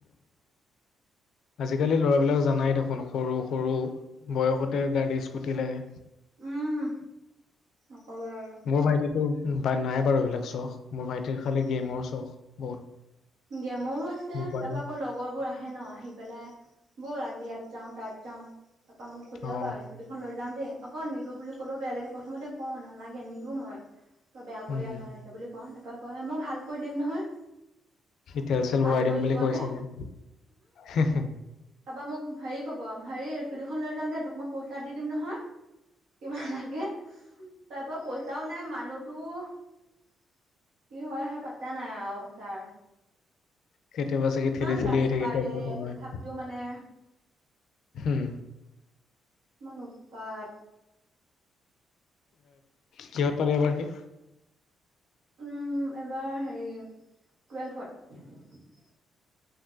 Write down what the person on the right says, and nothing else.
উম নকবা আৰু।
উম
গেমৰো আছে
তাৰপা আকৌ লগৰ বোৰ আহে আহে ন আহি পেলাই ব'ল আজি ইয়াত যাওঁ তাত যাও তাপা মোক সোধেও
বা স্কুটিখন লৈ যাওঁ দেই অক নিদো বুলি ক'লেও বেয়া লাগে প্ৰথমতে কও নালাগে নিদো মই তই বেয়া কৰি
আন এনেকে বুলি ক তাৰ পৰা কয় মই ভাল কৰি দিম নহয়
ভাল
কৰি
দিবনে
তাৰপা মোক হেৰি কব হেৰি স্কুতি খন লৈ যাওঁ দে তোক মই পইচা দি দিম নহয়। কিমান লাগে তাৰ পৰা পইচাও নাই মানুহতো কি হয় আহে পাতা নাই আৰু তাৰ।
ইমান
গালি
পাৰে
তথাপিও মানে
ইমান উৎপাত
উম এবাৰ হেৰি টুৱেলভত